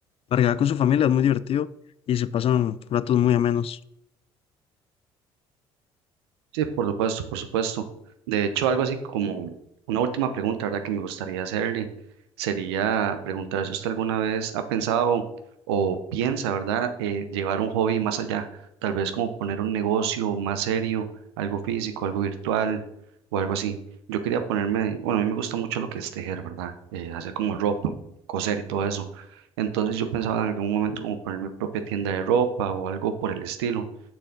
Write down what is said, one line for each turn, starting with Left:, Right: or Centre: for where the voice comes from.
Left: para llegar con su familia, es muy divertido y se pasan ratos muy amenos.
Right: Sí, por supuesto, por supuesto. De hecho, algo así como una última pregunta, ¿verdad? Que me gustaría hacerle sería preguntar si usted alguna vez ha pensado o piensa, ¿verdad? eh, llevar un hobby más allá, tal vez como poner un negocio más serio, algo físico, algo virtual o algo así. Yo quería ponerme, bueno, a mí me gusta mucho lo que es tejer, ¿verdad? eh, hacer como ropa, coser y todo eso. Entonces yo pensaba en algún momento como poner mi propia tienda de ropa o algo por el estilo